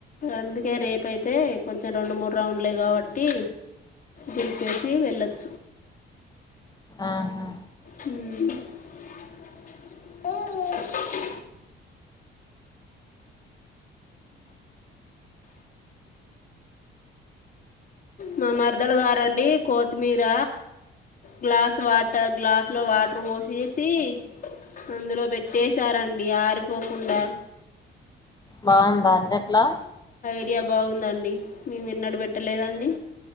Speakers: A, on the left; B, on the left.
A: అందుకే రేపూ అయితే కొంచెం రెండు మూడు రౌండ్లే కాబట్టి గెలిసేసి వెళ్ళొచ్చ
B: ఆహా
A: హుమ్ మా మరదలు గారండి కొత్తిమీర గ్లాస్ వాటర్ గ్లాసులో వాటర్ పోసేసి అందులో పెట్టెసారండి ఆరిపోకుండా
B: బాగుందా అండి అట్లా
A: ఐడియా బాగుందండి మేము ఎన్నడ పెట్టలేదండి